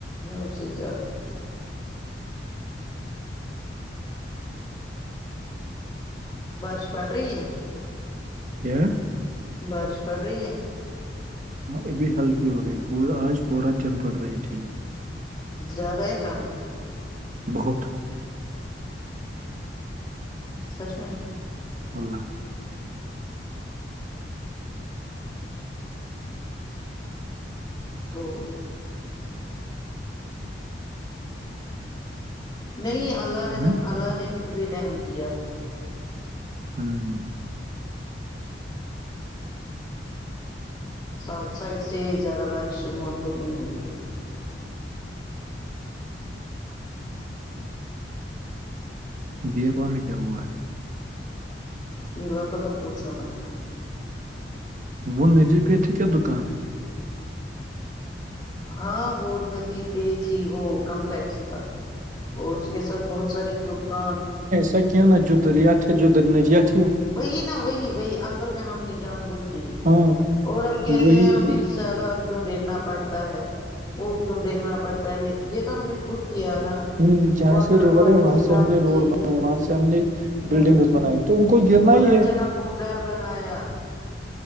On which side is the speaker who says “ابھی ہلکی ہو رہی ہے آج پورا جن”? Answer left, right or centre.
Right